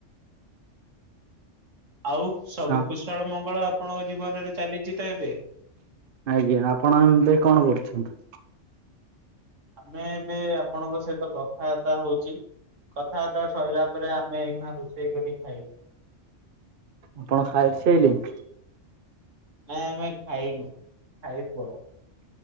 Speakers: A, on the right; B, on the right.
A: ଆଉ ସବୁ
B: ହଁ
A: କୁଶଳ ମଙ୍ଗଳ ଆପଣଙ୍କ ଜୀବନରେ ଚାଲିଛି ତ ଏବେ।
B: ଆଜ୍ଞା ଆପଣ ଏବେ କଣ କରୁଛନ୍ତି?
A: ଆମେ ଏବେ ଆପଣଙ୍କ ସହିତ କଥାବାର୍ତ୍ତା ହଉଛି। କଥା ବାର୍ତ୍ତା ସଇଲା ପରେ ଆମେ ଏଇନା ରୋଷେଇ କରି ଖାଇବୁ।
B: ଆପଣ ଖାଇ ସାଇଲେଣି।
A: ନାଇଁ ଆମେ ଖାଇନୁ ଖାଇବୁ ଆଉ।